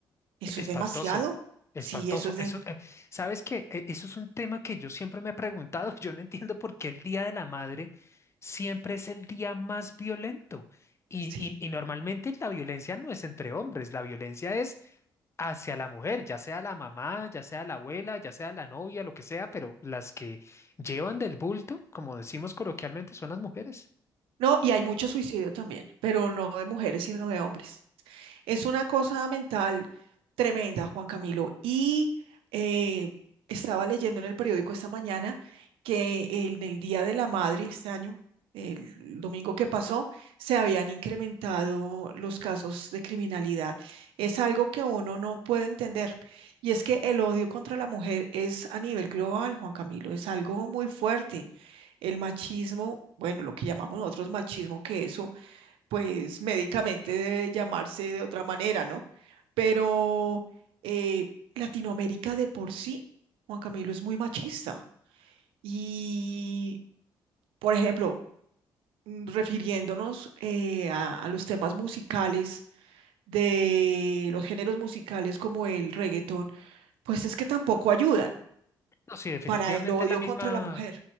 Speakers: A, on the right; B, on the left.
A: Eso
B: Espantoso,
A: es demasiado.
B: espantoso.
A: Sí, eso es
B: Eso,
A: de...
B: eh, ¿sabes qué? E- Eso es un tema que yo siempre me he preguntado. <laughs> Yo no entiendo por qué el Día de la Madre siempre es el día más violento. Y,
A: Sí.
B: y, y normalmente la violencia no es entre hombres, la violencia es hacia la mujer, ya sea la mamá, ya sea la abuela, ya sea la novia, lo que sea, pero las que llevan del bulto, como decimos coloquialmente, son las mujeres.
A: No, y hay mucho suicidio también, pero no de mujeres, sino de hombres. Es una cosa mental tremenda, Juan Camilo. Y eh, estaba leyendo en el periódico esta mañana que en el Día de la Madre, este año, el domingo que pasó, se habían incrementado los casos de criminalidad. Es algo que uno no puede entender. Y es que el odio contra la mujer es a nivel global, Juan Camilo, es algo muy fuerte. El machismo, bueno, lo que llamamos nosotros machismo, que eso pues médicamente debe llamarse de otra manera, ¿no? Pero eh, Latinoamérica de por sí, Juan Camilo, es muy machista. Y, por ejemplo, mm, refiriéndonos eh, a, a los temas musicales de los géneros musicales como el reggaetón, pues es que tampoco ayudan.
B: No, sí, definitivamente
A: para el odio
B: es la misma,
A: contra la mujer.